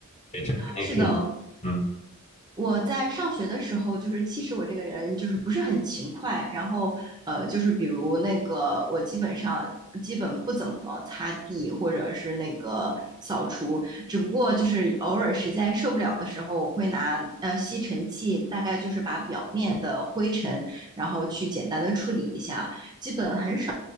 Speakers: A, on the left; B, on the right.
A: 对，这肯定是嗯。
B: 是的，我在上学的时候，就是其实我这个人就是不是很勤快，然后呃，就是比如那个我基本上基本不怎么擦地或者是那个扫除，只不过就是偶尔实在受不了的时候，我会拿呃吸尘器，大概就是把表面的灰尘，然后去简单的处理一下，基本很少